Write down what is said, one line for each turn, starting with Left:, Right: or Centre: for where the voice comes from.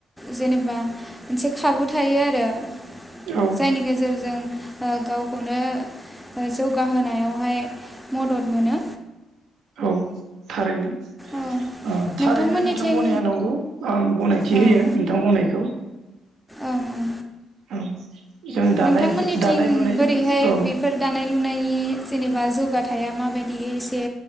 Centre: जेनेबा मोनसे खाबु थायो आरो
Right: औ
Centre: जायनि गेजेरजों गावखौनो जौगाहोनायावहाय मदद मोनो
Right: औ थारैनो
Centre: ओ
Right: ओ थारैनो
Centre: नोंथांमोननिथिं
Right: नोंथां बुंनाया नंगौ आं गनायथि
Centre: ओं
Right: होयो नोंथां बुंनायखौ
Centre: ओं ओं
Right: औ जों दानाय
Centre: नोंथांमोननिथिं
Right: दानाय लुनायजोंबो
Centre: बोरैहाय
Right: औ
Centre: बेफोर दानाय लुनाय जेनेबा जौ थाया माबायदि एसे